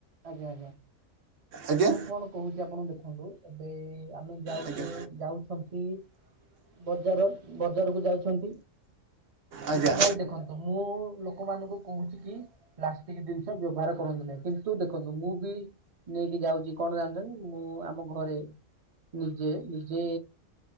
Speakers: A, on the right; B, on the right.
A: ଆଜ୍ଞା ଆଜ୍ଞା
B: ଆଜ୍ଞା
A: ମୁଁ କଣ କହୁଛି ଆପଣ ଦେଖନ୍ତୁ ଏବେ ଆମେ ଯାଉଚେ
B: ଆଜ୍ଞା
A: ଯାଉଛନ୍ତି ବଜାର ବଜାରକୁ ଯାଉଛନ୍ତି
B: ଆଜ୍ଞା
A: କିନ୍ତୁ ଭାଇ ଦେଖନ୍ତୁ ମୁଁ ଲୋକମାନଙ୍କୁ କହୁଚି କି ପ୍ଲାଷ୍ଟିକ ଜିନିଷ ବ୍ୟବହାର କରନ୍ତୁ ନାହିଁ କିନ୍ତୁ ଦେଖନ୍ତୁ ମୁଁ ବି ନେଇକି ଯାଉଚି କଣ ଜାଣିଛନ୍ତି ମୁଁ ଆମ ଘରେ ନିଜେ ନିଜେ